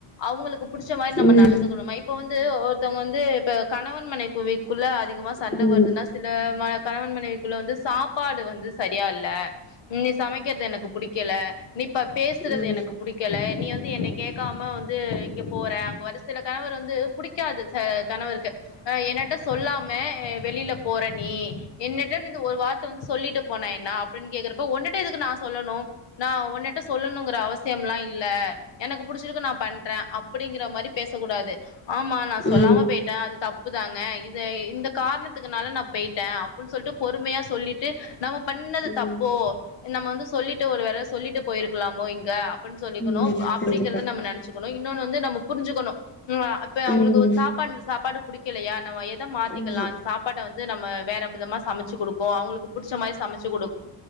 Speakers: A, on the left; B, on the left.
A: அவுங்களுக்கு புடிச்ச மாரி நம்ம
B: ம்
A: நடந்துக்கணுமா இப் இப்ப வந்து ஒருத்தவங்க வந்து இப்ப கணவன் மனைவிக் குவிக்குள்ள அதிகமா சண்ட
B: ம்
A: வருதுன்னா துல மன கணவன் மனைவிக்குள்ள வந்து சாப்பாடு வந்து சரியா இல்ல நீ சமைக்கிறது எனக்கு புடிக் கில நீ இப்ப பேசறது
B: ம் ஆமா ஆமா ம்
A: எனக் புடிக் கல நீ வந்து என்னை கேக்காம வந்து இங்க போற அங்க வ ஒரு சில கணவர் வந்து புடிக் காது ச கணவருக்கு அ என்னட்ட சொல்லாம வெளில போற நீ என்னிட்ட இந்தந்த ஒரு வா ர்த்த வந்து சொல்லிட்டு போனா என்ன அப்டின் கேக்குறப்ப ஒன்னுட்ட எதுக்கு நா சொல்லணு நா உன்னிட்ட சொல்லனுங்கற அவசியம்லா இல்ல எனக்கு புடிச்சிருக்கு நா பண்றே அப்டிங்கற மாரி பேசக்கூடாது ஆமா நா சொல்லாம
B: ஆமா கண்டிப்பா ம் கண்டிப்பா ம் ம்
A: போய்ட்டே அது த ப்புதாங்க இத இந்த காரணத்துக்குனால நா போய்ட்டே அப்புன் சொல்ட்டு பொறுமையா சொல்லிட்டு நாம பண்ணது
B: ம்
A: தப்போ நம்ம வந்து சொல்லிட்டு ஒரு வேள சொல்லிட்டு போயிருக்கலாமோ இங்க அப்புட்னு சொல்லிக்கணு
B: ம்
A: அப்டிங்கறத
B: கண்டிப்பா
A: நம்ம நெனைச்சுக்கணு இன்னொன்னு வந்து நம்ம புரிஞ்சக்கணு ம் அப்ப அவுங்களுக்கு
B: ம்
A: ஒரு சாப் பாடு இந்த சாப்பாடு புடிக்கலையா நாம எத மாத்திக்கலான்
B: ஆமா
A: சாப் பாட்ட வந்து நம்ம வேற விதமா சமைச்சு குடுக்கோ அவங்களுக்கு புடிச்ச மாரி சமைச்சு குடுக்